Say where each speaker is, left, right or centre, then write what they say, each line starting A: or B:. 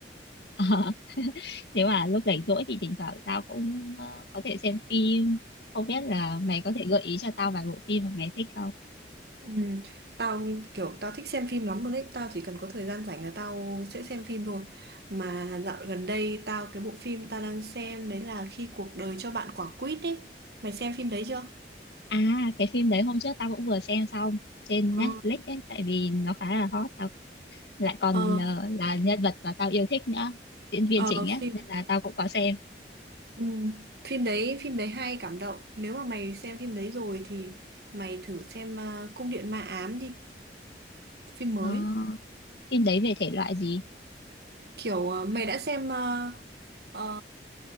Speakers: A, on the left; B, on the right.
A: Ờ, <laughs> nếu mà lúc rảnh rỗi thì thỉnh thoảng tao cũng ờ, có thể xem phim không biết là mày có thể gợi ý cho tao vài bộ phim mà mày thích không
B: Ừ, <laughs> tao kiểu tao thích xem phim lắm luôn đấy, tao chỉ cần có thời gian rảnh là tao sẽ xem phim thôi. Mà dạo gần đây tao cái bộ phim tao đang xem đấy là Khi cuộc đời cho bạn quả quýt ấy. Mày xem phim đấy chưa?
A: à cái phim đấy hôm trước tao cũng vừa xem xong trên
B: Ờ,
A: Netflix ấy tại vì nó khá là hot tao lại còn
B: ờ,
A: là, là nhân vật mà tao yêu thích nữa diễn viên
B: ờ,
A: chính
B: phim
A: ấy nên là tao cũng có xem
B: Ừ. Phim đấy phim đấy hay cảm động nếu mà mày xem phim đấy rồi thì mày thử xem ờ, Cung điện ma ám đi phim mới
A: Ờ, phim đấy về thể loại gì
B: kiểu ờ, mày đã xem ờ, ờ,